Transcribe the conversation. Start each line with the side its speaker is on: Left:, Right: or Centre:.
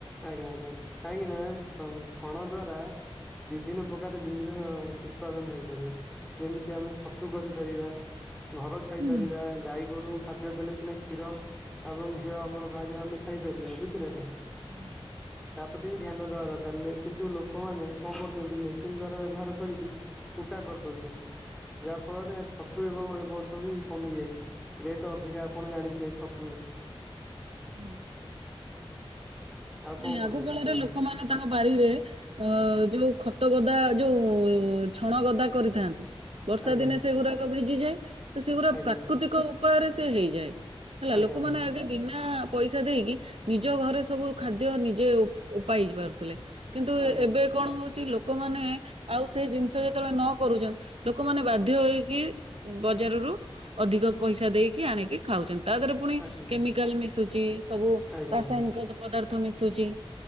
Centre: ଆଜ୍ଞା ଆଜ୍ଞା କାହିଁକି ନା ଛ ଛଣ ଦ୍ଵା ରା ବିଭିନ୍ନ ପ୍ରକାର ଜିନିଷ ଉତ୍ପାଦନ ହେଇପାରିବ ଯେମିତି ଆମେ ଛତୁ କରିପାରିବା। ଘର ଛାଇପାରିବା
Right: ହୁଁ
Centre: ଗାଈ ଗୋରୁ ଖାଦ୍ୟ ଦେଲେ ସିନା କ୍ଷୀର ଆବଂ ଘିଅ ଆମର ବାହାରିବେ ଆମେ ଖାଇପାରିବା ବୁଝିଲେ ନା।
Right: <unintelligible>
Centre: ତା ପତି ବି ଧ୍ୟାନ ଦବା ଦରକାର ଲେ କିନ୍ତୁ ଲୋକୋମାନେ କଁ କରୁଚନ୍ତି ମେସିନ୍ ଦ୍ଵାରା ବ୍ୟବହାର କରିକି। କୁଟା କରିଦୋଉଚନ୍ତି। ଯାହା ଫଳରେ ଛତୁ ଏବଂ ଏ ବର୍ଷ ବି କମି ଯାଇଚି ରେଟ ଅଧିକା ଆପଣ ଜାଣିଥିବେ ଛତୁ ର।
Right: ହୁଁ।
Centre: ଆଉ କଣ
Right: ନାଇଁ
Centre: କହୁଛନ୍ତି
Right: ଆଗ କାଳରେ
Centre: କୁହନ୍ତୁ?
Right: ଲୋକୋ ମାନ ତାଙ୍କ ବାରରେ ଅଁ ଯୋଉ ଖତ ଗଦା ଯୋଉ ଛଣ ଗଦା କରିଥାନ୍ତି। ବର୍ଷା
Centre: ଆଜ୍ଞା
Right: ଦିନେ ସେଗୁରାକ ଭିଜିଯାଏ ତ ସେଗୁରା
Centre: ଆଜ୍ଞା
Right: ପ୍ରାକୃତିକ ଉପାୟରେ ସେ ହେଇଯାଏ। ହେଲା
Centre: ଆଜ୍ଞା
Right: ଲୋକୋମାନେ
Centre: ଆଜ୍ଞା
Right: ଆଗେ ବିନା ପଇସା ଦେଇକି ନିଜ ଘରେ ସବୁ ଖାଦ୍ୟ ନିଜେ ଉପ ଉପାଇ ପାରୁଥୁଲେ କିନ୍ତୁ ଏ
Centre: ଆଜ୍ଞା
Right: ଏବେ କଣ ହୋଉଚି ଲୋ କୋମାନେ ଆଉ ସେଇ ଜିନିଷ ଯେତେବୋଳେ ନ କରୁଚନ୍ ଲୋକୋମାନେ ବାଧ୍ୟ ହୋଇକି ବଜାରରୁ ଅଧିକ ପଇସା ଦେଇକି ଆଣିକି ଖାଉଚନ୍ ତାଦେହେରେ ପୁଣି
Centre: ଆଜ୍ଞା
Right: କେମିକାଲ ମିଶୁଚି ସବୁ
Centre: ଆଜ୍ଞା
Right: ରାସାୟନିକ ଯୋଉ ପଦାର୍ଥ ମିଶୁଚି।